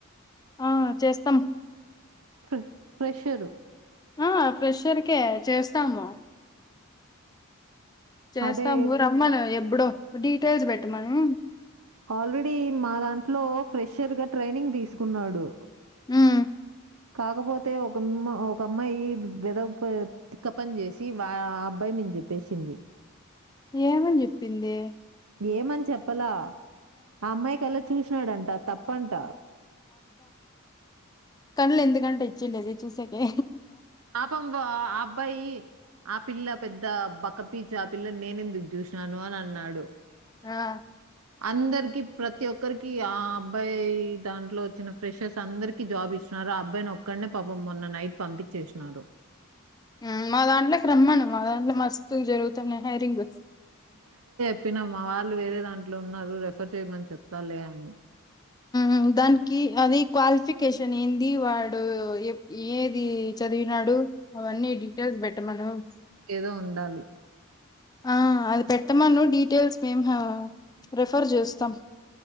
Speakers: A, on the left; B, on the right.
A: ఆ చేస్తాం
B: ఫ్ర ఫ్రెషరు
A: ఆ ఫ్రెషర్కే చేస్తాము చేస్తాము
B: అదే
A: రమ్మను ఎప్పుడో డీటెయిల్స్ పెట్టమను
B: ఆల్రెడీ మా దాంట్లో ఫ్రెషర్ గా ట్రైనింగ్ తీసుకున్నాడు
A: ఉమ్
B: కాకపోతే ఒకమ్మ ఒక అమ్మాయి వెద తిక్క పని చేసి వా ఆ అబ్బాయి మీము చెప్పేసింది
A: ఏమని చెప్పింది
B: ఏమని చెప్పలా ఆ అమ్మాయికల్లా చూసినాడంట తప్పంట
A: కండ్లు ఎందుకంటే ఇచ్చేండేది చూసెకె
B: ఆపం వా ఆ అబ్బాయి ఆ పిల్ల పెద్ద బకపీచ్ ఆ పిల్లని నేనెందుకు చూసినాను అని అన్నాడు
A: ఆ
B: అందరికి ప్రతి ఒక్కరికి ఆ అబ్బాయి దాంట్లో వచ్చిన ఫ్రెషర్స్ అందరికి జాబ్ ఇ నార ఆ అబ్బాయిని ఒక్కన్నే పాపం మొన్న నైట్ పంపించేసినారు
A: ఉమ్ మా దాంట్లోకి రమ్మను మా దాంట్లో మస్తు జరుగుతున్నాయి హయిరింగ్
B: ప్పిన మా వాళ్ళు వేరే దాంట్లో ఉన్నారు రెఫర్ చేయమని చెప్తా లే అన్నా
A: ఉమ్ దానికి అది క్వాలిఫికేషన్ ఏంది వాడు ఎప్ ఏది చదివినాడు అవన్నీ డీటెయిల్స్ పెట్టమను
B: ఏదో ఉండాలి
A: ఆ అది పెట్టమను డీటెయిల్స్ మేము రెఫర్ చేస్తాం